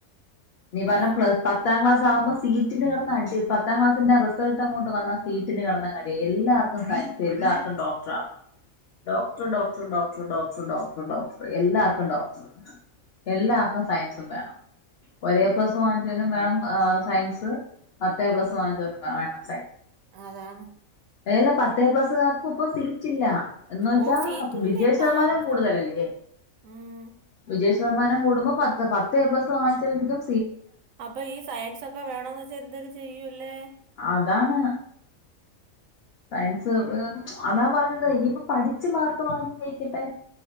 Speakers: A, on the left; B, on the right.
A: നീ പറഞ്ഞ
B: അതാണ്
A: പ്ല പത്താം ക്ലാസാകുമ്പോ സീറ്റിന് കട്ന്ന് അടി പത്താം ക്ലാസിന്റെ റിസൾട്ട് അങ്ങോട്ട് വന്നൽ സീറ്റിന് കടന്ന് അടീ എല്ലാർക്കും സയൻസ് എല്ലാർക്കും ഡോക്ടറാവണം doctor doctor doctor doctor doctor doctor എല്ലാർക്കും ഡോക്ടറ് എല്ലാർക്കും സയൻസും വേണം ഒരേപ്ലസ്സ് വാങ്ങിച്ചവനും വേണം സയൻസ് പത്തേഎപ്ലസ് വാങ്ങിച്ചോനും വേണം
B: അതാണ്
A: എല്ല പത്തേ എപ്ലസ്സുകാർക്കുപ്പൊ സീ റ്റില്ലാ എന്ന്വെച്ചാ
B: ഓ സീറ്റില്ല
A: വിജയ
B: ഇപ്പൊ
A: ശതമാനം
B: ആർക്കും
A: കൂടുതലല്ലേ
B: ഉം
A: വിജയ ശതമാനം കൂടുമ്പോൾ പത്ത് പത്ത് എപ്ലസ് വാങ്ങിച്ചവർക്കും
B: അപ്പൊ ഈ സയൻസൊക്കെ വേണന്ന് വെച്ചാ എന്തരു ചെയ്യൂല്ലേ
A: അതാണ് സയൻസ് അതാ പറഞ്ഞത് ഇനിയിപ്പോ പഠിച്ചു മാർക്ക് വാങ്ങി ജയിക്കട്ടെ